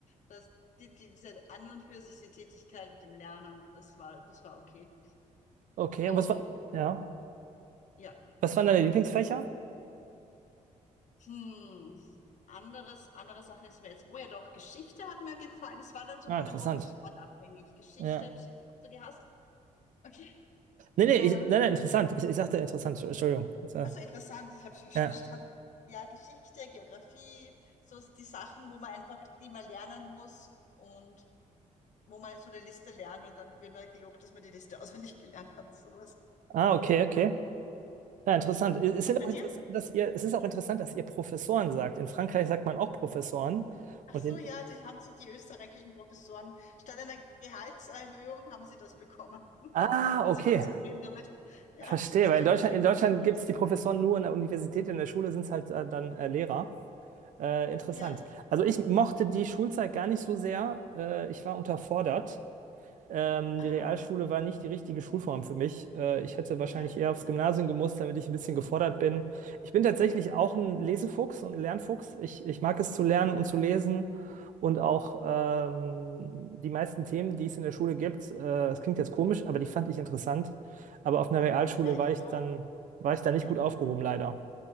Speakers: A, on the left; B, on the right.
A: das, die, diese an und für sich die Tätigkeit mit dem Lernen, das war, das war okay.
B: Okay,
A: Und
B: und was war, ja,
A: ja.
B: was waren deine Lieblingsfächer?
A: Hm, anderes, andere Sachen ist mir jetzt. Oh ja, doch, Geschichte hat mir gefallen. Das war dann so
B: Ah,
A: von
B: interessant.
A: den Professoren abhängig. Geschichte,
B: Ja.
A: Psychologie, hast du gehasst? Okay,
B: Nee,
A: ja.
B: nee, ich, nee, nee, interessant. Ich, ich sagte interessant, Entschuldigung. Jetzt, äh,
A: Also interessant, ich habe es falsch
B: Ja.
A: verstanden. Ja, Geschichte, Geografie, so ist die Sachen, wo man einfach, die man lernen muss und wo man so eine Liste lernt und dann wird man gelobt, dass man die Liste auswendig gelernt hat. Sowas.
B: Ah, okay, okay. Ja, interessant. Es es
A: Und
B: sind
A: bei
B: auch
A: dir?
B: interessant, dass ihr, es ist auch interessant, dass ihr Professoren sagt. In Frankreich sagt man auch Professoren.
A: Ach
B: Und
A: so,
B: in,
A: ja, das haben sich die österreichischen Professoren statt einer Gehaltserhöhung haben sie das bekommen. <laughs>
B: ah,
A: Und
B: okay.
A: sie waren zufrieden damit. Ja,
B: Verstehe,
A: dass
B: weil
A: irgendwann
B: in Deutschland,
A: der
B: in
A: Krieg
B: Deutschland
A: raus.
B: gibt es die Professoren nur an der Universität, in der Schule sind es halt äh, dann äh, Lehrer. Äh, interessant.
A: Ja,
B: Also ich mochte die Schulzeit gar nicht so sehr. Äh, ich war unterfordert. Ähm,
A: aha,
B: die Realschule war nicht die richtige Schulform für mich. Äh, ich hätte wahrscheinlich
A: ja,
B: eher aufs Gymnasium gemusst, damit ich ein bisschen gefordert bin. Ich bin tatsächlich
A: ja,
B: auch ein Lesefuchs und ein Lernfuchs. Ich, ich mag es zu lernen und zu
A: ja,
B: lesen und auch ähm, die meisten Themen, die es in der Schule gibt, äh, das klingt jetzt komisch, aber die fand ich interessant. Aber auf einer Realschule
A: ja,
B: war
A: ich
B: ich
A: auch.
B: dann, war ich da nicht
A: Ja,
B: gut aufgehoben, leider.